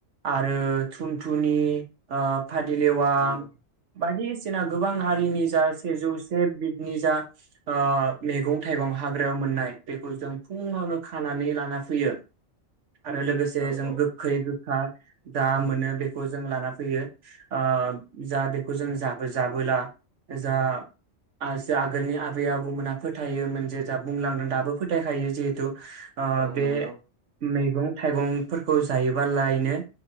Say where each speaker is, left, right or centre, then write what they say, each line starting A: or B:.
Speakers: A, on the right (about 85°); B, on the right (about 45°).
A: आरो थुमथुनि ओ फादिलेवा
B: नंगौ
A: बादिसिना गोबां हारिनि जा सेजौसे बि नि जा ओ मैगं थाइगं हाग्रायाव मोननाय बेखौ जों फुङावनो खानानै लाना फैयो आरो लोगोसे
B: औ
A: जों
B: औ
A: गोखै गोखा दा मोनो बेखौ जों लाना फैयो ओ जा बेखौ जों जाबोे जाबोला जा जा आगोलनि आबै आबौमोनहा फोथायोमोन जे जा बुंलांदों दाबो फोथायखायो जिहेतु ओ
B: औ
A: बे
B: नंगौ
A: मैगं थाइगंफोरखौ जायोबालायनो